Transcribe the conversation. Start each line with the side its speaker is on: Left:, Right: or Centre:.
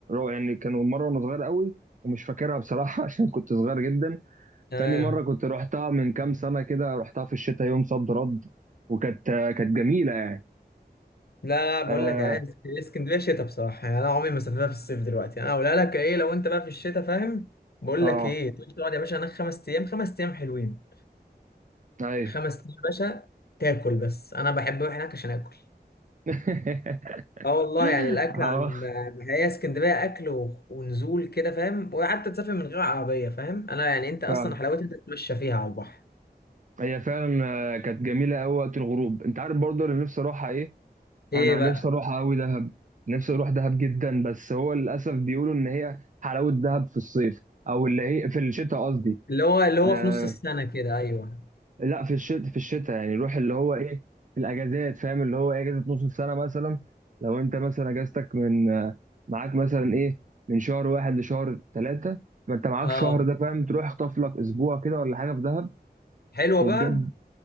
Right: يعني كانوا مره وانا صغير قوي ومش فاكرها بصراحه <laughs> عشان كنت صغير جدا
Left: تمام
Right: تاني مره كنت رحتها من كام سنه كده رحتها في الشتاء يوم صد رد وكانت كانت جميله يعني
Left: لا لا
Right: اه
Left: بقول لك انا اسك- اسكندريه شتاء بصراحه يعني انا عمري ما سافرتها في الصيف دلوقتي انا اقولها لك ايه لو انت بقى في الشتاء فاهم بقول
Right: اه
Left: لك ايه تيجي تقعد يا باشا هناك خمس ايام خمس ايام حلوين
Right: ايوه
Left: خمس ايام يا باشا تاكل بس انا بحب اروح هناك عشان اكل
Right: <laughs>
Left: اه والله يعني الاكل
Right: اه
Left: عن هي اسكندريه اكل و- ونزول كده فاهم وحتى تسافر من غير عربيه فاهم انا يعني انت اصلا
Right: فعلا
Left: حلاوتها تتمشى فيها على البحر
Right: هي فعلا آه، كانت جميله قوي وقت الغروب انت عارف برضه اللي نفسي اروحها ايه
Left: ايه
Right: انا
Left: بقى
Right: نفسي اروحها قوي دهب نفسي اروح دهب جدا بس هو للاسف بيقولوا ان هي حلاوه دهب في الصيف او اللي هي في الشتاء قصدي
Left: اللي هو اللي هو
Right: آه
Left: في نص السنه كده ايوه
Right: لا في الشتاء في الشتاء يعني روح اللي هو ايه في الاجازات فاهم اللي هو ايه اجازه نص السنه مثلا لو انت مثلا اجازتك من آه، معاك مثلا ايه من شهر واحد لشهر ثلاثه فانت معاك
Left: اه
Right: شهر ده فاهم تروح اخطف لك اسبوع كده ولا حاجه في دهب
Left: حلوه
Right: وبجد
Left: بقى